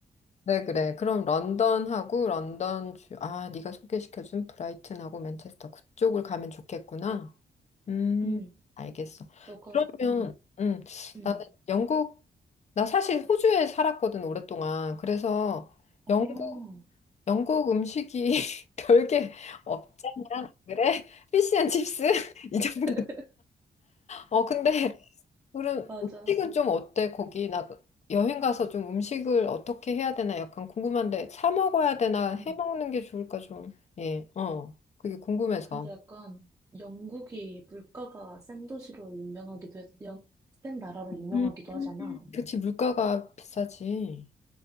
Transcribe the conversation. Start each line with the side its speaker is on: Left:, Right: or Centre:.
Left: 그래, 그래. 그럼 런던하고 런던 주, 아, 네가 소개시켜준 브라이튼하고 맨체스터 그쪽을 가면 좋겠구나. 음,
Right: 응,
Left: 알겠어.
Right: 너가,
Left: 그러면,
Right: 응,
Left: 음,
Right: 응.
Left: 나는 영국, 나 사실 호주에 살았거든, 오랫동안. 그래서
Right: 어,
Left: 영국, 영국 음식이 <laughs> 별게 없잖아. 그래? 피시앤칩스? <laughs> 이 정도.
Right: <laughs>
Left: 어, 근데 그럼
Right: 맞아.
Left: 음식은 좀 어때? 거기 나 여행 가서 좀 음식을 어떻게 해야 되나 약간 궁금한데 사 먹어야 되나
Right: 응.
Left: 해 먹는 게 좋을까 좀. 예, 어, 그게 궁금해서.
Right: 근데 약간 영국이 물가가 센 도시로 유명하기도 했, 영- 센 나라로 유명하기도
Left: 음.
Right: 하잖아.
Left: 그치, 물가가 비싸지.